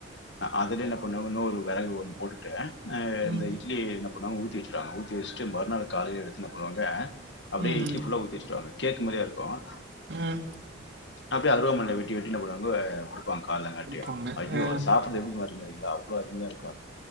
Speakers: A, on the left; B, on the right.
A: அதுலே என்ன பண்ணுவாங்க இன்னொரு வெரகு ஒன்னு போட்டு
B: ம்,
A: இந்த இட்லி போனா ஊத்தி வச்சவாங்க ஊத்தி வச்சுட்டு மறுநாள் காலையில எடுத்து என்ன பண்ணுவாங்க அப்படியே
B: ம்,
A: இட்லி ஃபுல்லா ஊத்தி வச்சுருவாங்க கேக்கு மாறியே இருக்கும்
B: உஹம்
A: அப்படியே அருவாமண்ண வெட்டி வெட்டி என்ன பண்ணுவாங்க காலங்கட்டி
B: குடுப்பாங்க.
A: ஐயோ
B: அ,
A: அத சாப்பறது எப்படி இருக்கு தெறீங்களா ரொம்ப அருமையா இருக்கு